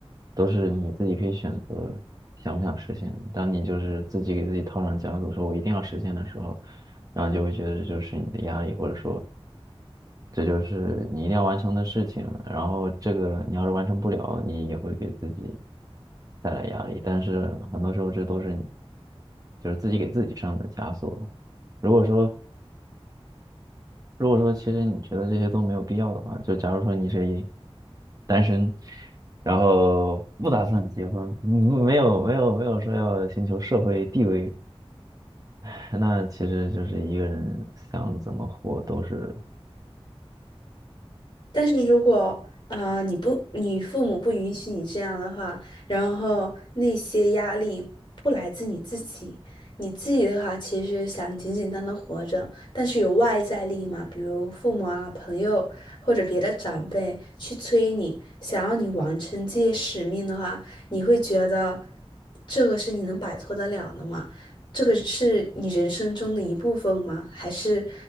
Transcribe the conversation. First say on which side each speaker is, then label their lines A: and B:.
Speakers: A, on the right; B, on the left.
A: 都是你自己可以选择想不想实现的当你就是自己给自己套上枷锁，说我一定要实现的时候，然后就会觉得这就是你的压力，或者说这就是你一定要完成的事情。然后这个你要是完成不了，你也会给自己带来压力。但是很多时候这都是你就是自己给自己上的枷锁了如果说如果说其实你觉得这些都没有必要的话，就假如说你是一单身，然后不打算结婚，嗯没有没有没有说要寻求社会地位 <laughs> 那其实就是一个人想怎么活都是，
B: 但是如果呃你不你父母不允许你这样的话，然后那些压力不来自你自己，你自己的话其实想简简单单活着，但是有外在力嘛，比如父母啊、朋友或者别的长辈去催你，想要你完成这些使命的话，你会觉得这个是你能摆脱得了的吗？这个是你人生中的一部分吗？还是